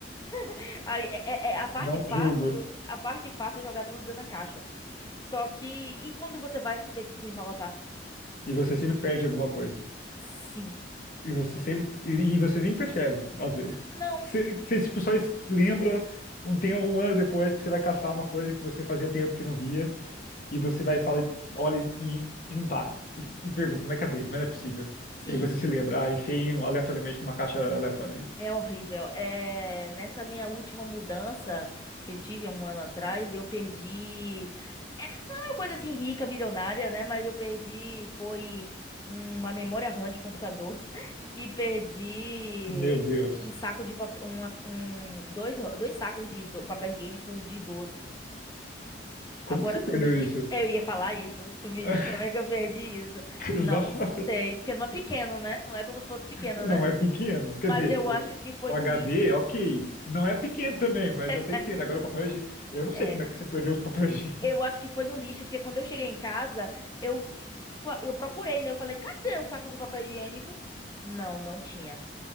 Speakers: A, on the left; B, on the left.
A: <laughs> Aí, é, é- é a parte
B: Não
A: fácil,
B: julgo.
A: a parte fácil é jogar tudo dentro da caixa. Só que, e quando você vai ter que desempacotar?
B: E você sempre perde alguma coisa.
A: Sim.
B: E você sempre. E, e você nem percebe, às
A: Hum,
B: vezes.
A: Não,
B: Você, você tipo, só es- lembra um, tem um ano depois que você vai caçar uma coisa que você fazia tempo que não via. E você vai falar, olha, e, e não tá. E, e pergunta, mas cadê? Mas não é possível.
A: sim.
B: E aí você se lembra, ah, enfiei um aleatoriamente numa caixa aleatória ali.
A: É horrível. É, nessa minha última mudança que eu tive há um ano atrás, eu perdi. É, não é uma coisa assim rica, milionária, né? Mas eu perdi. Foi uma memória RAM de computador <laughs> e perdi
B: Meu Deus.
A: um saco de papel. Uma, um, dois, dois sacos de do, papel higiênico de 12. Agora
B: Como que você perdeu
A: tu me diz.
B: isso?
A: Eu ia falar isso. Tu me
B: <laughs>
A: diz como é que eu perdi isso. Não
B: Exatamente.
A: sei. Porque não é pequeno, né? Não é como se fosse pequeno,
B: Não
A: né?
B: é pequeno. Quer
A: Mas
B: dizer,
A: eu
B: o,
A: acho que foi
B: o
A: no
B: HD,
A: lixo.
B: ok. Não é pequeno também, mas
A: <laughs>
B: eu até entendo. Agora o papel higiênico. Eu não
A: É,
B: sei como é que você perdeu os papéis higiênicos.
A: eu acho que foi no lixo, porque quando eu cheguei em casa, eu, fa- eu procurei, né? Eu falei, cadê o saco do papel higiênico? Não, não tinha.